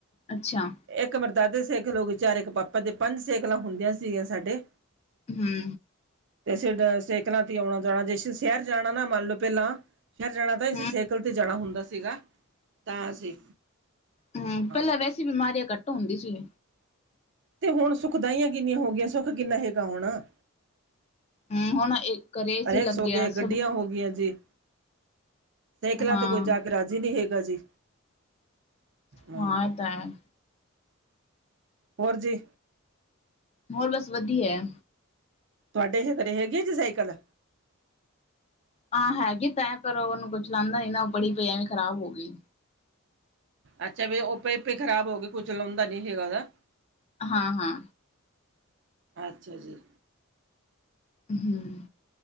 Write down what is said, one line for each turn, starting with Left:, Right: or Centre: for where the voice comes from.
Left: ਅੱਛਾ।
Right: ਇੱਕ ਮੇਰੇ ਦਾਦੇ ਦੀ ਸਾਈਕਲ ਹੋਗੀ ਚਾਰ ਇੱਕ ਪਾਪਾ ਦੀ ਪੰਜ ਸਾਈਕਲਾਂ ਹੁੰਦੀਆਂ ਸੀਗੀਆਂ ਸਾਡੇ।
Left: ਹਮ
Right: ਤੇ ਅਸੀ ਸੇਕਲਾਂ ਤੇ ਆਉਣਾ ਜਾਣਾ ਜੇ ਅਸੀ ਸ਼ਹਿਰ ਜਾਣਾ ਨਾ ਮੰਨ ਲਓ ਪਹਿਲਾਂ ਸ਼ਹਿਰ ਜਾਣਾ ਤਾਂ ਅਸੀਂ
Left: ਹਮ
Right: ਸਾਈਕਲ ਤੇ ਜਾਣਾ ਹੁੰਦਾ ਸੀਗਾ ਤਾਂ ਅਸੀਂ।
Left: ਹਮ,
Right: ਹਾਂ
Left: ਪਹਿਲਾਂ ਵੈਸੇ ਬਿਮਾਰੀਆਂ ਘੱਟ ਹੁੰਦੀ ਸੀ।
Right: ਤੇ ਹੁਣ ਸੁਖਦਾਈਆਂ ਕਿੰਨੀਆਂ ਹੋ ਗਈਆਂ ਸੁੱਖ ਕਿੰਨਾ ਹੈਗਾ ਹੋਣਾ।
Left: ਹਮ ਹੁਣ ਇੱਕ ਰੇਸ
Right: ਅਨੇਕ
Left: ਹੀ ਲੱਗਿਆ
Right: ਸੌ ਗਏ ਗੱਡੀਆਂ
Left: ਸਭ
Right: ਹੋ ਗਈਆਂ ਜੀ। ਸਾਈਕਲਾਂ
Left: ਹਾਂ
Right: ਤੇ ਕੋਈ ਜਾ ਕੇ ਰਾਜ਼ੀ ਨਹੀਂ ਹੈਗਾ ਜੀ। ਹੂੰ
Left: ਹਾਂ ਇਹ ਤਾਂ ਹੈ।
Right: ਹੋਰ ਜੀ।
Left: ਹੋਰ ਬਸ ਵਧੀਆ।
Right: ਤੁਹਾਡੇ ਇਹ ਘਰੇ ਹੈਗੇ ਸਾਈਕਲ?
Left: ਆਹ ਹੈਗੇ ਤਾਂ ਪਰ ਉਹਨੂੰ ਕੋਈ ਚਲਾਉਂਦਾ ਨੀ ਨਾ ਉਹ ਬੜੀ ਪਈ ਐਵੇਂ ਖਰਾਬ ਹੋ ਗਈ।
Right: ਅੱਛਾ, ਵੀ ਉਹ ਪਈ- ਪਈ ਖਰਾਬ ਹੋਗੀ ਕੋਈ ਚਲਾਉਂਦਾ ਨੀ ਹੈਗਾ ਗਾ।
Left: ਹਾਂ-ਹਾਂ।
Right: ਅੱਛਾ ਜੀ।
Left: ਹਮ